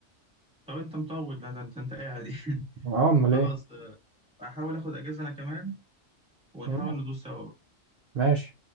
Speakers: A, in the centre; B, on the right.
A: طب انت مطول ده ده انت انت قاعد <laughs> يعني
B: اه امال
A: خلاص
B: ايه
A: آه، هحاول اخد اجازه انا كمان ونحاول
B: ماشي
A: ندوس سوا بقى
B: ماشي.